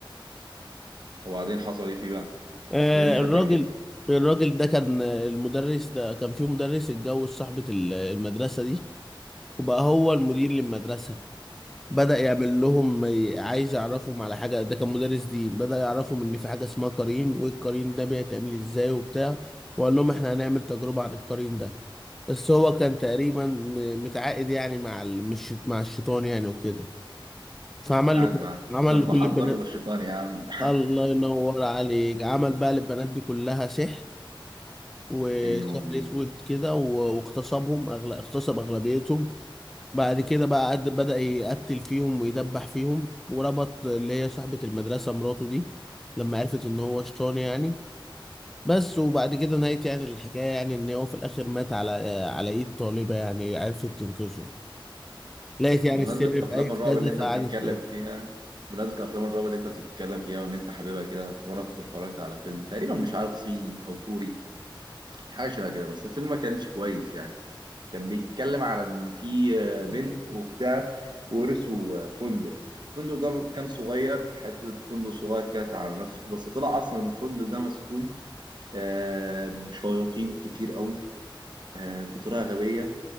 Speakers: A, on the right; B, in the centre.
A: وبعدين حصل ايه فيه بقى
B: آه،
A: ده ايه اللي شدك
B: الراجل
A: فيه
B: الراجل ده كان آه، المدرس ده كان فيه مدرس اتجوز صاحبة ال- المدرسة دي وبقى هو المدير للمدرسة بدأ يعمل لهم ي- عايز يعرفهم على حاجة ده كان مدرس دين بدأ يعرفهم إن في حاجة اسمها قرين والقرين ده بيتعمل إزاي وبتاع وقال لهم إحنا هنعمل تجربة عن القرين ده بس هو كان تقريبا م- متعاقد يعني مع ال- مش مع الشيطان يعني وكده فعمل
A: قاعد
B: له
A: معاه حسنك
B: عمل لكل
A: محضر
B: البنات
A: للشيطان يا عم
B: الله ينور عليك عمل بقى للبنات دي كلها سحر
A: <laughs>
B: وسحر
A: يا دين امي
B: اسود كده و- واغتصبهم أغل... اغتصب اغلبيتهم بعد كده بقى قد... بدأ يقتل فيهم ويدبح فيهم وربط اللي هي صاحبة المدرسة مراته دي لما عرفت ان هو شيطان يعني بس وبعد كده نهاية يعني الحكاية يعني ان هو في الاخر مات على على ايد طالبة يعني عرفت تنقذه لقيت يعني
A: بمناسبة
B: السر
A: افلام
B: في اية
A: الرعب
B: كذا
A: اللي انت
B: فقعدت
A: بتتكلم فيها بمناسبة افلام الرعب اللي انت بتتكلم فيها وان انت حاببها كده في مرة كنت اتفرجت على فيلم تقريبا مش عارف صيني او كوري حاجة شبه كده بس الفيلم ما كانش كويس يعني كان بيتكلم على ان في آه، بنت واختها ورثوا آه، فندق الفندق ده كان صغير حتة فندق صغير كانت على نفسه بس طلع أصلا الفندق ده مسكون آه، بشياطين كتير قوي آه، بطريقة غبية